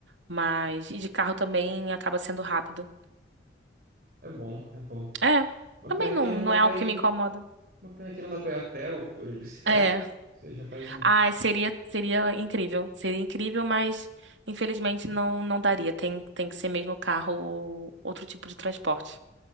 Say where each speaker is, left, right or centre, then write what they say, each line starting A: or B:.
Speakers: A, on the right; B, on the right.
A: Mas e de carro também acaba sendo rápido.
B: é bom, é bom.
A: É,
B: Uma
A: também
B: pena
A: não,
B: que não
A: não
B: dá
A: é
B: pra
A: algo
B: ir.
A: que me incomoda.
B: Uma pena que não dá pra ir a pé ou ou de bicicleta,
A: É.
B: né? Você já faz um.
A: Ah, seria seria incrível. Seria incrível, mas infelizmente não não daria. Tem tem que ser mesmo carro ou outro tipo de transporte.